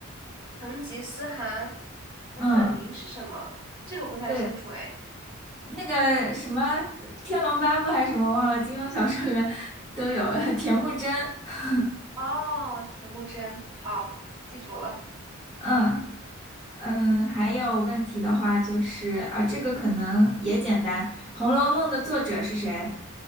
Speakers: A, on the right (about 20°); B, in the centre.
A: 成吉思汗的本名是什么？
B: 嗯，
A: 这个不太清楚哎。
B: 对，那个什么《天龙八部》还是什么忘了，金庸小说里面都有 <laughs> 铁木真。<laughs>
A: 哦，铁木真，好，记住了。
B: 嗯嗯，还有问题的话就是啊，这个可能也简单，《红楼梦》的作者是谁？